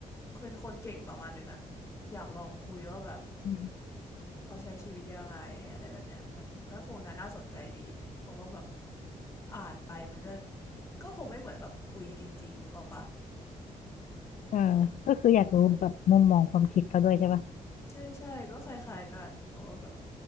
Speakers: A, on the left; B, on the left.
A: เป็นคนเก่งประมาณนึงอ่ะอยากลองคุยว่าแบบ
B: อืม
A: เขาใช้ชีวิตยังไงอะไรแบบเนี้ยมันก็คงน่าน่าสนใจดีเพราะว่าแบบอ่านไปมันก็ก็คงไม่เหมือนแบบคุยจริงๆนึกออกปะอืม
B: เออก็คืออยากรู้แบบมุมมองความคิดเขาด้วยใช่ป่ะ
A: ใช่ใช่ก็คล้ายๆกันเพราะว่าแบบ